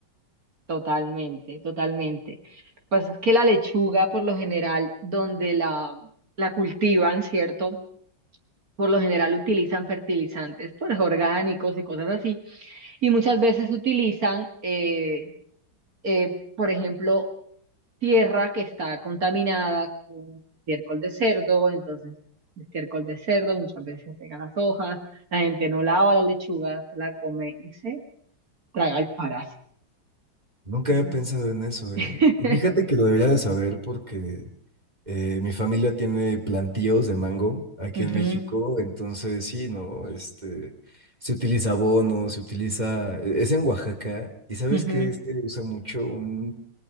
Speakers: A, on the right; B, on the right.
A: totalmente, totalmente. Lo que pasa es que la lechuga, por lo general, donde la, la cultivan, ¿cierto? Por lo general utilizan fertilizantes, pues orgánicos y cosas así. Y muchas veces utilizan eh, eh, por ejemplo, tierra que está contaminada con estiércol de cerdo, entonces el estiércol de cerdo muchas veces pega las hojas, la gente no lava la lechuga, se la come y se traga el parásito.
B: Nunca
A: Entonces,
B: había pensado en eso, eh.
A: <laughs>
B: Y fíjate que lo debería de saber porque eh, mi familia tiene plantíos de mango aquí
A: ujú,
B: en México, entonces sí, ¿no? Este, se utiliza abono, se utiliza, e-, es en Oaxaca, y ¿sabes
A: ujú.
B: qué? Se usa mucho un